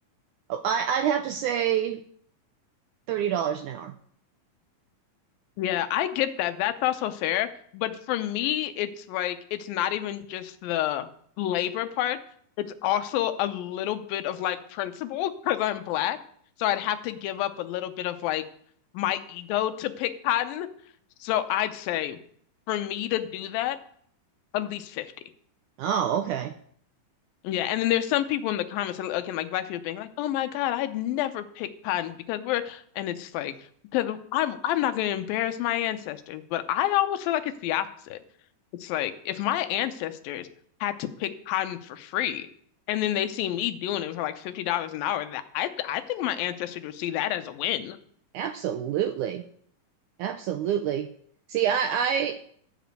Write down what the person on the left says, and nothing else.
Yeah, I get that. That's also fair. But for me, it's like it's not even just the labor part. It's also a little bit of like principle because I'm black. So I'd have to give up a little bit of like my ego to pick cotton. So I'd say for me to do that, at least 50.
Yeah, and then there's some people in the comments, uh, again, like black people being like, "Oh my God, I'd never pick cotton because we're," and it's like because I'm I'm not going to embarrass my ancestors, but I almost feel like it's the opposite. It's like if my ancestors had to pick cotton for free, and then they see me doing it for like fifty dollars an hour, that I I think my ancestors would see that as a win,